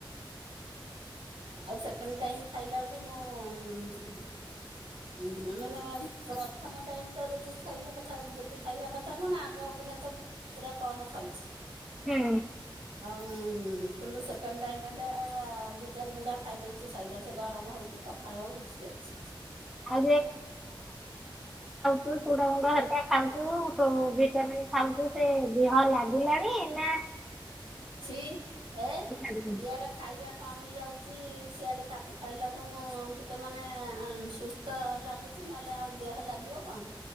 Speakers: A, on the right (about 85°); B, in the centre.
A: ଆଉ ସେକେଣ୍ଡ ଟାଇମ୍ ଖାଇଲା ବେଳକୁ ମୁଁ ଉଁ ମାନେ ପ୍ରଥମ ଟାଇମ ଟା ଯେତିକି ଖାଇବା କଥା ଯେତିକି ଖାଇବା କଥା କଣ ଆଗ ଅପେକ୍ଷା ତ ପୁରା କମ ଖାଉଚି
B: ହୁଁ।
A: ଉଁ କିନ୍ତୁ ସେକେଣ୍ଡ ଟାଇମ୍ ଏଟା ଦି ଚାରି ଗୁଣ୍ଡା ଖାଇଦଉଚି ସରଲା ସେ ଗରମ ହଉ କିି ପଖା ଫାଳ ଉଠି ଯାଉଚି
B: ଆଉ ଚୁଡା ଗୁଣ୍ଡ ହେରିକା ଖାଉଚୁ ଭିଟାମିିନ୍ ଖାଉଚୁ ସେ ଦେହ ଲାଗିଲାଣି ନା
A: ଛି ହେ
B: <unintelligible>
A: ଇଆଡେ ଖାଇବା କମି ଯାଉଛି ସେଆଡ଼େ ତାକୁ ଖାଇଲାଠୁ ଟିକେ ମାନେ ସୁସ୍ଥ ଲାଗୁଛି। ନହେଲେ ଆଉ ଦେହ ଲାଗିବ କଣ?